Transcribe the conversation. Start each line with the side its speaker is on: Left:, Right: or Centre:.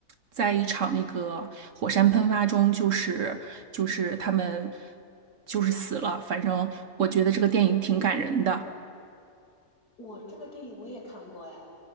Right: 在一场那个火山喷发中，就是就是他们就是死了。反正我觉得这个电影挺感人的
Left: 我这个电影我也看过哎，